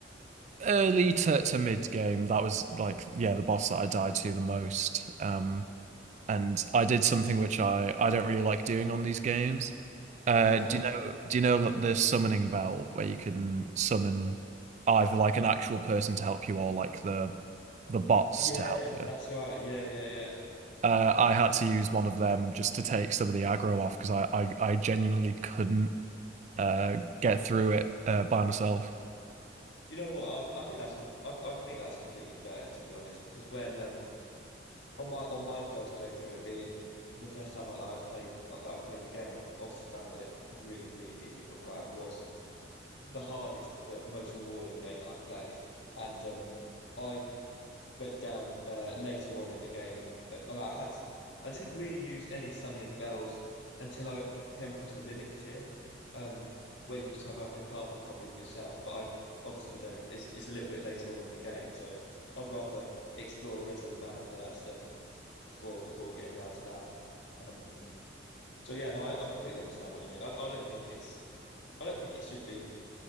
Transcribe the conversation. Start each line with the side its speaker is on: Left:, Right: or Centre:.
Right: early to, to mid game that was like yeah the boss that I died to the most. Um, and I did something which I I don't really like doing on these games. Uh,
Left: What's
Right: do
Left: that?
Right: you know do you know the summoning bell where you can summon either like an actual person to help you or like the the bots
Left: Yeah,
Right: to help you?
Left: that's right. Yeah, yeah, yeah.
Right: Uh, I had to use one of them just to take some of the aggro off because I, I I genuinely couldn't uh get through it uh, by myself.
Left: You know what? I, I think that's com- I, I think that's completely fair to be honest. Because when um on my on my first playthrough, it being the first time that I was played uh, that I played the game, I obviously found it really really difficult. Like, it was the hardest but most rewarding game that I've played, and um I went down uh, later on in the game, and, and I had I didn't really use any summoning bells until I came across the mimic tier, um, where you just have like a carbon copy of yourself. But I obviously we don't. It's it's a little bit later on in the game, so I'd rather explore the rest of the mana first um, before before getting down to that. Um, so yeah, no, I, I completely understand what you mean. I, I don't think it's I don't think it should be